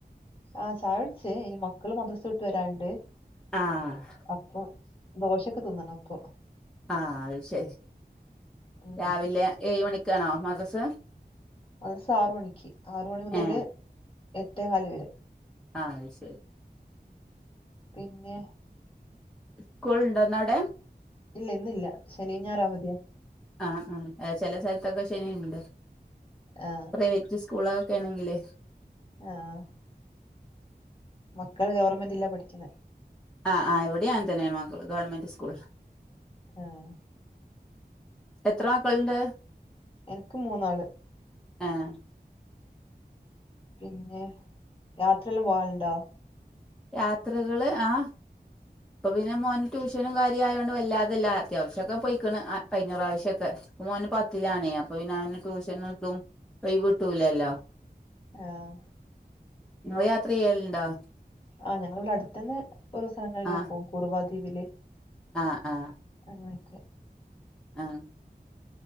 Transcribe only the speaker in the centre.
ആഹ്
ആഹ് അത് ശരി
രാവിലെ ഏഴ് മണിക്കാണോ മദ്രസ
ഏഹ്
ആഹ് ശരി
സ്കൂൾണ്ടോ ന്ന് അവ്ടെ
ആഹാ ചെല സലത്തെക്കെ ശനിണ്ട്
<unintelligible> സ്കൂളോക്കെ ആണെങ്കിലേ
ആഹ് ആഹ് ഇവിടെയും അങ്ങൻതന്നെയാണ് മക്കള് ഗവൺമെന്റ് സ്കൂളിലാ
എത്രാക്കളുണ്ട്
ഏഹ്
യാത്രകള് ആഹ് ഇപ്പൊ പിന്നെ മോന് ട്യൂഷനും കാര്യായോണ്ട് വല്ലാതില്ല അത്യാവശ്യക്കെ പോയിക്കണ് അ കഴിഞ്ഞറാവശ്യൊക്കെ. പ്പ മോന് പത്തിലാണേ അപ്പൊ പിന്നെ അവന് ട്യൂഷന്ട്ടും ഒയ്വ്ട്ടൂലല്ലോ.
ങ്ങള് യാത്രയ്യലുണ്ടോ?
ആഹ്
ആഹ് ആഹ്
ആഹ്